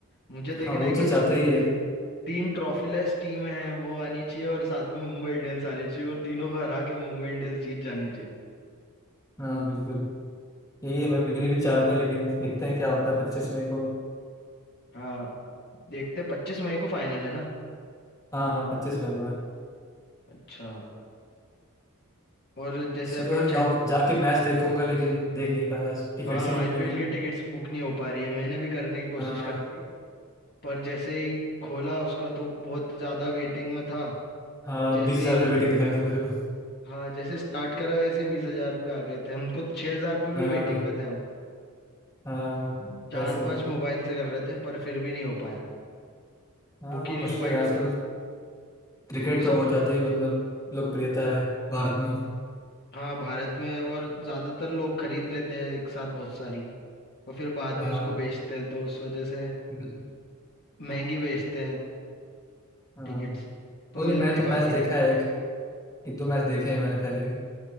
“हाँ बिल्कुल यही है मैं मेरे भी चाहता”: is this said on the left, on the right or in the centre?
Left